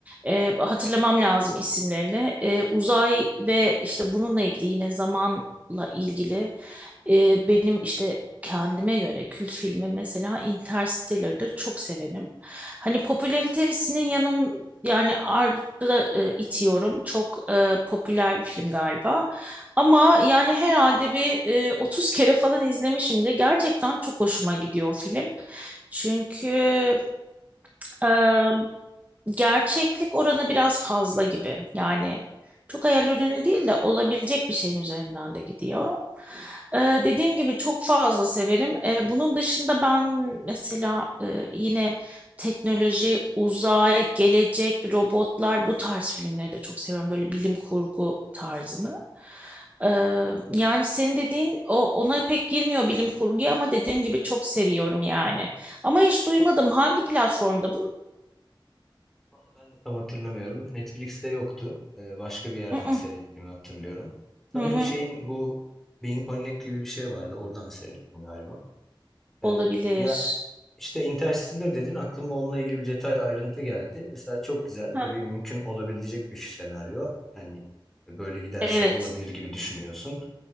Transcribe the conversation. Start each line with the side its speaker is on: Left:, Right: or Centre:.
Right: e, hatırlamam lazım isimlerini. Ee, uzay ve işte bununla ilgili yine zamanla ilgili e, benim işte kendime göre kült filmi mesela Interstellar'dır. Çok severim. Hani popülaritesinin yanın yani ardı da, e, itiyorum. Çok e, popüler bir film galiba. Ama yani herhalde bir e, 30 kere falan izlemişimdir. Gerçekten çok hoşuma gidiyor o film. Çünkü e, gerçeklik oranı biraz fazla gibi. Yani çok hayal ürünü değil de olabilecek bir şeyin üzerinden de gidiyor. Ee, dediğim gibi çok fazla severim. Ee, bunun dışında ben mesela e, yine teknoloji, uzay, gelecek, robotlar bu tarz filmleri de çok seviyorum. Böyle bilim kurgu tarzını. Ee, yani senin dediğin o ona pek girmiyor bilim kurguya ama dediğim gibi çok seviyorum yani. Ama hiç duymadım hangi platformda bu?
Centre: Vallahi Ben de tam hatırlamıyorum. Netflix'te yoktu. Ee, başka bir yerden
Right: Hı hı,
Centre: seyrettiğimi hatırlıyorum. Sanırım
Right: hı hı,
Centre: şeyin bu Being Connect gibi bir şey vardı. Oradan seyrettim galiba. Ee,
Right: olabilir.
Centre: ya işte Interstellar dedin aklıma onunla ilgili bir detay ayrıntı geldi. Mesela çok güzel.
Right: Heh,
Centre: Tabii mümkün olabilecek bir senaryo. Yani böyle giderse
Right: evet.
Centre: olabilir gibi düşünüyorsun.